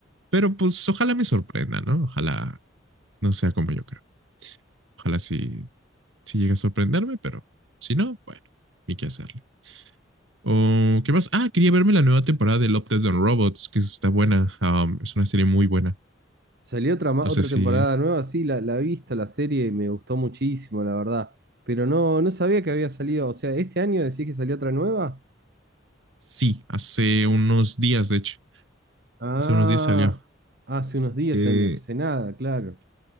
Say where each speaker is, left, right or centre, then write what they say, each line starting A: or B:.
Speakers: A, on the right; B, on the right.
A: Pero pues ojalá me sorprenda, ¿no? Ojalá no sea como yo creo. Ojalá sí, sí llegue a sorprenderme, pero si no, bueno, ni qué hacerle. O, ¿qué más? Ah, quería verme la nueva temporada de Love, Death and Robots, que está buena. Um, es una serie muy buena.
B: Salió otra, ma-
A: No
B: otra
A: sé
B: temporada
A: si...
B: nueva, sí, la, la he visto, la serie, y me gustó muchísimo, la verdad. Pero no, no sabía que había salido. O sea, ¿este año decís que salió otra nueva?
A: Sí, hace unos días, de hecho.
B: Ah,
A: Hace unos días salió.
B: hace unos días,
A: Eh,
B: en- hace nada, claro.